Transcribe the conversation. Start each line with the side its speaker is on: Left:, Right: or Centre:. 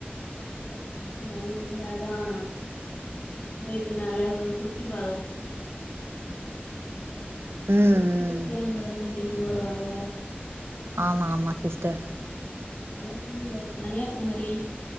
Left: அது அங்க ஸ்பெஷல் அந்த ஊர்லதான் வீட்ட நல்ல சுத்தி பாரு சுத்
Right: ம்
Left: எல்லா டூரிஸ்ட்ல்லா
Right: ம்
Left: அங்கதான அதிகமா வருவாங்க
Right: ஆமா ஆமா சிஸ்டர்
Left: அது என்னது இந்த கன்னியாகுமரி